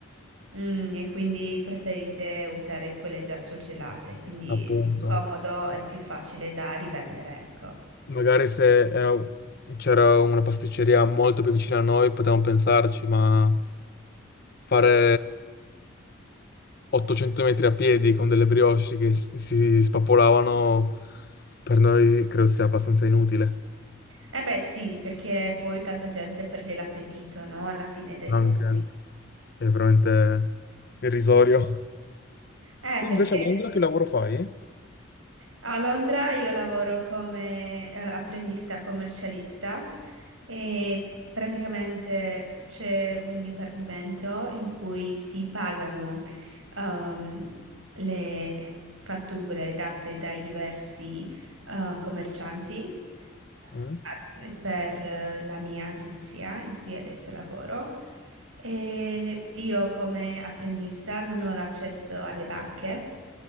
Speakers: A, on the right; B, on the left.
A: Mm, e quindi preferite usare quelle già surgelate, quindi
B: appunto.
A: è più comodo e più facile da rivendere, ecco.
B: Magari se era- c'era una pasticceria molto più vicina a noi potevamo pensarci, ma fare 800 metri a piedi con delle brioche che s- si spappolavano per noi credo sia abbastanza inutile.
A: Eh beh sì, perché poi tanta gente perde l'appetito, no? Alla fine dei
B: Anche
A: conti.
B: è veramente irrisorio.
A: Eh,
B: Tu
A: perché
B: invece a Londra che lavoro fai?
A: a Londra io lavoro come eh, apprendista commercialista e praticamente c'è un dipartimento in cui si pagano ehm, le fatture date dai diversi eh, commercianti
B: Mm?
A: a- per eh, la mia agenzia in cui adesso lavoro. E io come apprendista non ho l'accesso alle banche